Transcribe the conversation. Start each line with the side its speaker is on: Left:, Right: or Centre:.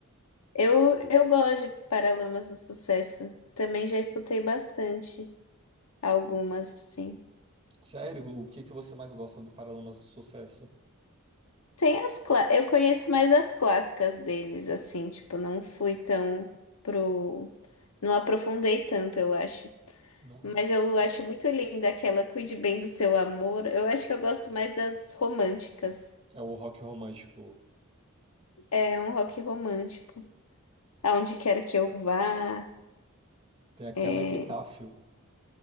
Left: Eu, eu gosto de Paralamas do Sucesso. Também já escutei bastante algumas, assim.
Right: sério, o que que você mais gosta do Paralamas do Sucesso?
Left: Tem as clá- Eu conheço mais as clássicas deles, assim, tipo, não fui tão pro. Não aprofundei tanto, eu acho.
Right: Não.
Left: Mas eu acho muito linda aquela Cuide Bem do Seu Amor. Eu acho que eu gosto mais das românticas.
Right: É o rock romântico.
Left: É um rock romântico. Aonde quer que eu vá.
Right: Tem aquela
Left: é,
Right: Epitáfio.